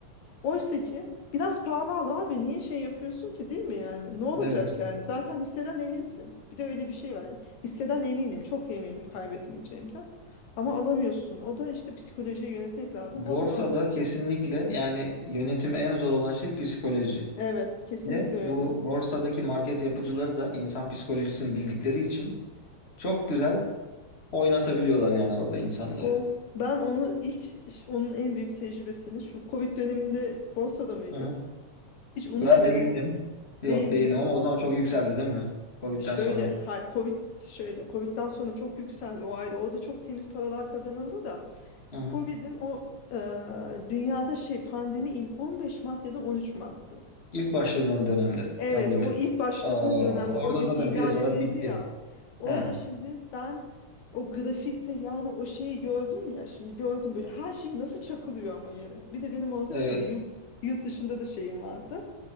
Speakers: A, on the left (about 75°); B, on the left (about 25°).
A: Oysa ki biraz pahalı al abi niye şey yapıyorsun ki değil mi yani? Ne olacak
B: Evet. evet.
A: yani? Zaten hisseden eminsin. Bir de öyle bir şey var. Yani hisseden eminim, çok eminim kaybetmeyeceğimden. Ama alamıyorsun. O da işte psikolojiyi yönetmek lazım.
B: Borsada
A: O zaman
B: kesinlikle yani yönetimi en zor olan şey psikoloji.
A: evet kesinlikle
B: Ve bu
A: öyle.
B: borsadaki market yapıcıları da insan psikolojisini bildikleri için çok güzel oynatabiliyorlar yani orada insanları.
A: O ben onu ilk onun en büyük tecrübesini şu Covid döneminde borsada mıydın?
B: Hı hı.
A: Hiç unutmuyordum.
B: Ben değildim. Yok
A: Değil miydin?
B: değildim ama o zaman çok yükseldi değil mi? Covid'den
A: Şöyle,
B: sonra.
A: ha, Covid şöyle, Covid'den sonra çok yükseldi o ayda. O da çok temiz paralar kazanıldı da.
B: Hı hı.
A: Covid'in o e, dünyada şey pandemi il- 15 Mart ya da 13 Mart'tı.
B: İlk başladığı dönemde
A: Evet,
B: pandeminin.
A: o ilk başladığı
B: Aa,
A: dönemde
B: orada
A: o gün
B: zaten
A: ilan
B: piyasalar
A: edildi
B: bitti.
A: ya. Orada
B: Ha,
A: şimdi ben o grafikte yani o şeyi gördüm ya şimdi gördüm böyle her şey nasıl çakılıyor ama yere. Bir de benim orada
B: evet.
A: şeyde yurt, yurt dışında da şeyim vardı.